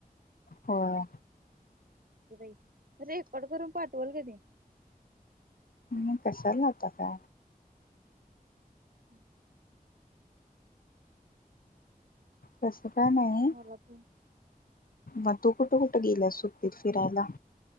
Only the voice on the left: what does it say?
होय.
म कशाला होता का?
तसं काय नाही,
मग तू कुठं कुठं गेलास सुट्टीत फिरायला?